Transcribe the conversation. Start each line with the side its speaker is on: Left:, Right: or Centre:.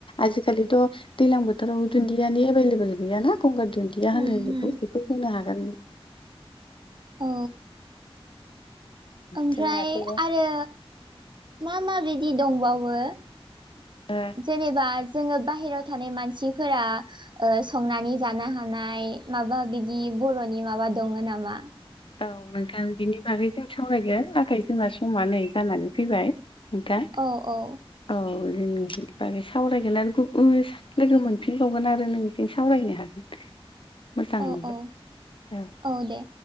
Left: आजिखालिथ' दैलां बोथोराव दुन्दियानि एभेलेबल गैयाना। गंगार दुन्दिया
Right: उम
Left: होनो बेखौ
Right: उम
Left: बेखौ बुंनो हागोन।
Right: औ ओमफ्राय
Left: जोंहाथ' ओ
Right: आरो मा मा बिदि दंबावो?
Left: ओ
Right: जेनेबा जोङो बाहेरायाव थानाय मानसिफोरा ओ संनानै जानो हानाय माबा बिदि बर'नि माबा दङ नामा?
Left: औ नोंथां बिनि बागै जों सावरायगोन नाथाय जोंहा समा नै जानानै फैबाय। नोंथां
Right: औ औ
Left: औ जों बागै सावरायगोन आरो गुबुन लोगो मोनफिनबावगोन आरो नों जों सावरायनो हागोन‌।
Right: <inaudible>
Left: मोजां मोनबाय
Right: औ
Left: औ।
Right: औ दे।